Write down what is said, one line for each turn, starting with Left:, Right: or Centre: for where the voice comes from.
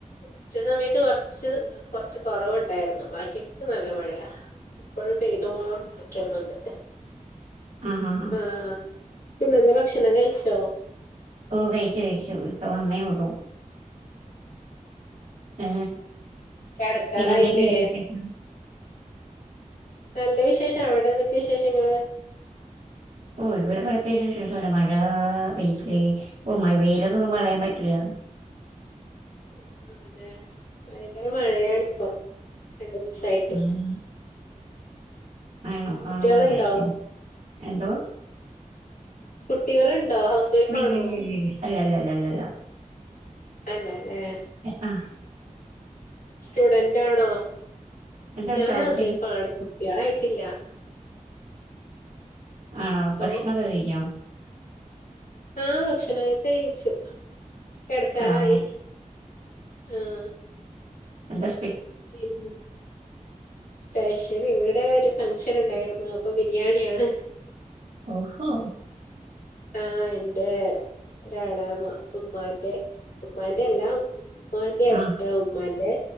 Left: ഉച്ച സമയത്ത് കൊറച്ച് കൊറച്ച് കുറവുണ്ടായിരുന്നു. ബാക്കിയൊക്കെ നല്ല മഴയാ. ഇപ്പൊഴും പെയ്തോണ്ട് നിക്കുന്നുണ്ട്.
Right: ആഹ് ഹാ ഹാ.
Left: ആഹ്. പിന്നെ ഭക്ഷണം കഴിച്ചോ?
Right: ഓ കഴിച്ചു കഴിച്ചു. ഇപ്പം വന്നേ ഉള്ളൂ. ഏ,
Left: കെടക്കാറായില്ലേ?
Right: പിന്നെന്തൊക്കെയുണ്ട് വിശേഷം
Left: നല്ല വിശേഷം. അവിടെ എന്തൊക്കെയാ വിശേഷങ്ങള്?
Right: ഓ ഇവിടെ പ്രത്യേകിച്ച് വിശേഷം ഇല്ല. മഴാ പെയിത്. ഇപ്പൊ മഴ പെയിലന്നൊന്നും പറയാൻ പറ്റില്ല.
Left: <inaudible> ആഹ് അതെ ഭയങ്കര മഴയാണ് ഇപ്പോ, രണ്ടു ദിവസായിട്ട്.
Right: ഉം. ആണോ
Left: കുട്ടികളുണ്ടോ
Right: ആഹ് എന് എന്തോ?
Left: കുട്ടികളുണ്ടോ ഹൗസ് വൈഫ്
Right: <unintelligible>
Left: ആണോ
Right: അല്ല ല്ല ല്ല ല്ല.
Left: അല്ലാ ല്ലേ.
Right: എ അഹ്
Left: സ്റ്റുഡന്റ് ആണോ?
Right: എന്തോ ഒരു
Left: ഞാൻ
Right: സൗണ്ട്
Left: ഹൗസ് വൈഫ് ആണ്. കുട്ടികളായിട്ടില്ല.
Right: ആണോ? ഭക്ഷണം
Left: ഓ
Right: ഒക്കെ കഴിഞ്ഞോ?
Left: ആഹ് ഭക്ഷണൊക്കെ കഴിച്ചു. കെടക്കാറായി
Right: ആണോ
Left: ആഹ്
Right: എന്തെ
Left: പിന്നെ സ്പെഷ്യല് ഇവിടെ ഒരു ഫംഗ്ഷന്ണ്ടായിരുന്നു. അപ്പൊ ബിരിയാണിയാണ്.
Right: ഓഹോ
Left: ആ എന്റെ ഒരാഎളയമ്മ ഉമ്മാന്റെ ഉമ്മാന്റെ അല്ല ഉമ്മാന്റെ ഏട്ട
Right: ആഹ്.
Left: ഉമ്മാന്റെ